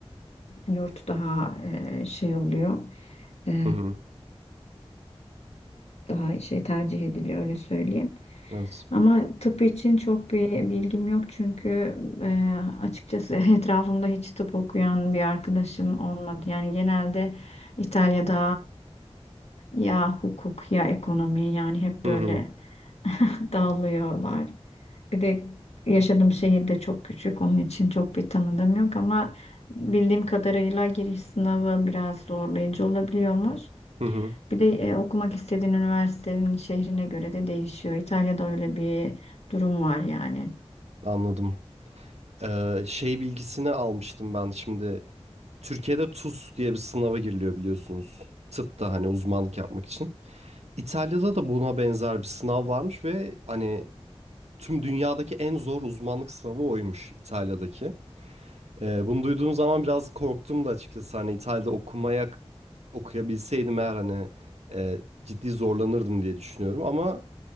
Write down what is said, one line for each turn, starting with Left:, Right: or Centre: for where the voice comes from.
Left: e, yurt daha e, şey oluyor. E,
Right: Hı hı.
Left: daha şey tercih ediliyor öyle söyleyeyim.
Right: Evet.
Left: Ama tıp için çok bir bilgim yok çünkü e, açıkçası <laughs> etrafımda hiç tıp okuyan bir arkadaşım olmadı. Yani genelde İtalya'da e, ya hukuk ya ekonomi yani hep
Right: Hı
Left: böyle
Right: hı.
Left: <laughs> dağılıyorlar. Bir de yaşadığım şehir de çok küçük onun için çok bir tanıdığım yok ama bildiğim kadarıyla giriş sınavı biraz zorlayıcı olabiliyormuş.
Right: Hı hı.
Left: Bir de e, okumak istediğin üniversitenin şehrine göre de değişiyor. İtalya'da öyle bir durum var yani.
Right: Anladım. E, şey bilgisini almıştım ben şimdi. Türkiye'de TUS diye bir sınava giriliyor biliyorsunuz. Tıpta hani uzmanlık yapmak için. İtalya'da da buna benzer bir sınav varmış ve hani tüm dünyadaki en zor uzmanlık sınavı oymuş İtalya'daki. Ee, bunu duyduğum zaman biraz korktum da açıkçası hani İtalya'da okumaya okuyabilseydim eğer hani e, ciddi zorlanırdım diye düşünüyorum ama